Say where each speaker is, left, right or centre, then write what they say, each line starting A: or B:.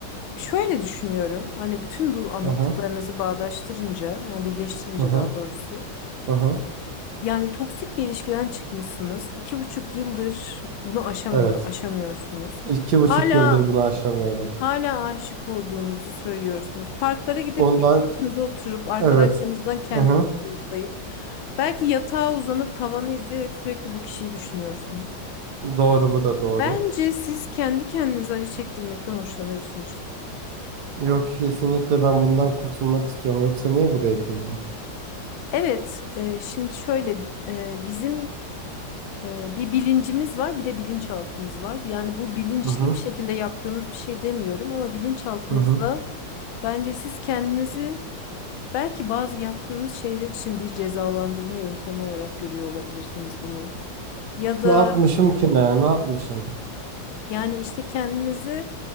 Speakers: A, on the left (about 75°); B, on the right (about 60°).
A: Şöyle düşünüyorum. Hani bütün bu anlattıklarınızı
B: Aha,
A: bağdaştırınca, yani birleştirince
B: aha,
A: daha doğrusu.
B: aha.
A: Yani toksik bir ilişkiden çıkmışsınız. İki buçuk yıldır bunu aşamıyor,
B: Evet.
A: aşamıyorsunuz.
B: İki buçuk
A: Hala
B: yıldır bunu aşamıyorum.
A: hala aşık olduğunuzu söylüyorsunuz. Parklara gidip
B: Ondan,
A: tek başınıza oturup arkadaşlarınızdan
B: evet.
A: kendinizi
B: Aha.
A: soyutlayıp belki yatağa uzanıp tavanı izleyerek sürekli bu kişiyi düşünüyorsunuz.
B: Doğru bu da doğru.
A: Bence siz kendi kendinize acı çektirmekten hoşlanıyorsunuz.
B: Yok kesinlikle ben bundan kurtulmak istiyorum. Yoksa niye buraya geleyim?
A: Evet, e, şimdi şöyle e, bizim e, bir bilincimiz var, bir de bilinçaltımız var. Yani bu bilinçli
B: Hı hı,
A: bir şekilde yaptığınız bir şey demiyorum ama bilinçaltınızda
B: hı hı.
A: bence siz kendinizi belki bazı yaptığınız şeyler için bir cezalandırma yöntemi olarak görüyor olabilirsiniz bunu. Ya da
B: Ne yapmışım ki ne? Ne yapmışım?
A: yani işte kendinizi